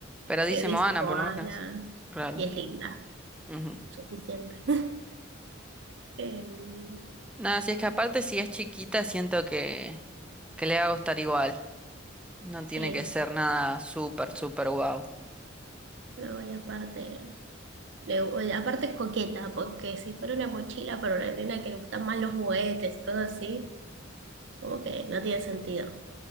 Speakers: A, in the centre; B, on the right.
A: Pero dice
B: eh, dice
A: Moana,
B: Moana
A: por lo menos. Claro.
B: y es linda,
A: ujú.
B: suficiente. <laughs> Em,
A: Nada, si es que aparte, si es chiquita, siento que, que le va a gustar igual. No
B: sí,
A: tiene que ser nada súper, súper guau.
B: No, y aparte, le- eh, aparte es coqueta, porque si fuera una mochila para una nena que le gustan más los juguetes y cosas así, como que no tiene sentido.